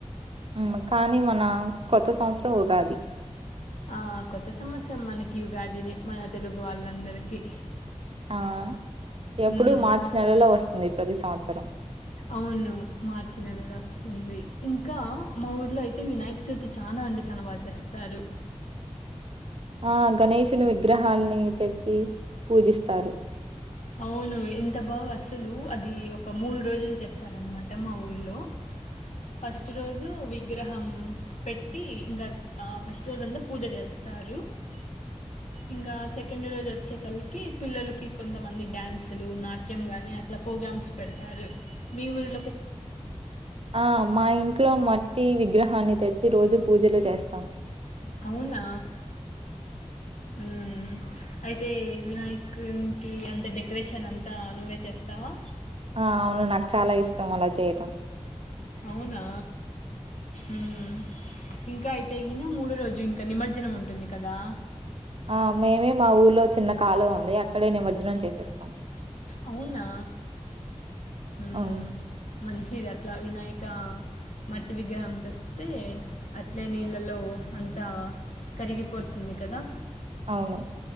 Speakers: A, on the right; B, on the left.
A: ఉమ్ కానీ మన కొత్త సంవత్సరం ఉగాది
B: ఆ కొత్త సంవత్సరం మనకి ఉగాదినే మన తెలుగు వాళ్ళందరికీ
A: ఆ ఎప్పుడు
B: హ్మ్.
A: మార్చి నెలలో వస్తుంది ప్రతి సంవత్సరం
B: అవును మార్చి నెలల వస్తుంది ఇంకా మా ఊర్లో అయితే వినాయక చవితి చానా చానా అంటే చానా బాగా చేస్తారు
A: ఆ గణేషుని విగ్రహాలని తెచ్చి పూజిస్తారు
B: అవును ఎంత బాగా అసలు అది ఒక మూడు రోజులు చేస్తారనమాట మా ఊరిలో ఫస్ట్ రోజు విగ్రహం పెట్టి ఇంకా ఫస్ట్ రోజు అంతా పూజ చేస్తం చారు <unintelligible> ఇంకా సెకండ్ రోజు వచ్చే తల్లికి పిల్లలకి కొంతమంది నడాన్సులు నాట్యం గానీ అట్లా ప్రోగ్రామ్స్ పెడతారు మీ ఊళ్ళో
A: ఆ మా ఇంట్లో మట్టి వి విగ్రహాన్ని తెచ్చి రోజు పూజలు చేస్తాం
B: అవునా ఉమ్ అయితే వినాయకుకిి అంత డెకరేషన్ అంతా నువ్వే చేస్తావా
A: ఆ అవును నాకు చాలా ఇష్టం అలా చేయటం
B: అవునా ఉమ్ ఇంకా అయితే గిన మూడో రోజు ఇంకా నిమజ్జనం ఉంటుంది కదా
A: ఆ మేమే మా ఊర్లో చిన్న కాలువ ఉంది అక్కడే నిమర్జనం చేసేస్తాం
B: అవునా ఉమ్
A: అవును
B: మంచిది అట్లా వినాయక్ ఇంకా మట్టి విగ్రహం తెస్తే అట్లే నీళ్ళలో అంత కరిగిపోతుంది కదా
A: అవును